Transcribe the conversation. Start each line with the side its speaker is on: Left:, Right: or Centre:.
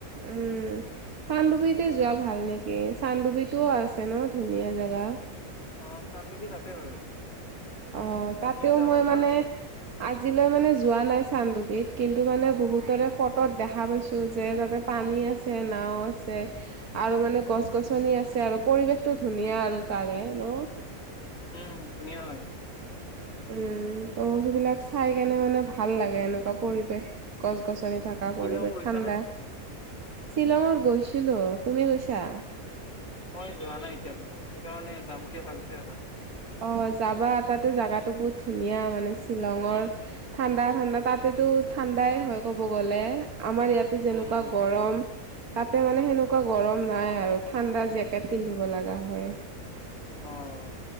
Right: উম, চান্দুপীতে যোৱা ভাল নেকি চান্দুপিতটোও আছ চেন ধুনীয়া জেগা।
Left: অ', চান্ডুপিত আছে বাৰু।
Right: অ',
Left: ছিকিম
Right: তাতেও
Left: যাব
Right: মই
Left: পাৰা
Right: মানে, আজিলৈ মানে যোৱা নাই চান্দুবিদ। কিন্তু মানে বহুতৰে
Left: অ
Right: ফটোত দেখা পাইছোঁ যে তাতে পানী আছে নাও আছে আৰু মানে গছ গছনি আছে আৰু পৰিৱেশতো ধুনীয়া আৰু তাৰে ন?
Left: উম ধুনীয়া হয়
Right: উম, ত' সেইবিলাক চাই কেনে মানে ভাল লাগে এনেকুৱা পৰিৱেশ, গছ গছনি থকা
Left: শ্বিলং
Right: পৰিৱেশ
Left: গৈছা
Right: ঠাণ্ডা।
Left: নে নাই?
Right: শ্বিলংত গৈছিলোঁ, তুমি গৈছা?
Left: মই যোৱা নাই এতিয়ালৈ, সেইকাৰণে যাম বুলি ভাবিছো এবাৰ।
Right: অ যাবা তাতে জাগাটো বহুত ধুনীয়া মানে শ্বিলংৰ ঠাণ্ডা ঠাণ্ডা তাতে এইটো ঠাণ্ডাই হয় ক'ব গ'লে, আমাৰ ইয়াতে যেনেকুৱা
Left: উম
Right: গৰম। তাতে মানে সেনেকুৱা গৰম নাই আৰু ঠাণ্ডা জেকেট পিন্ধিব লগা হয়।
Left: অ',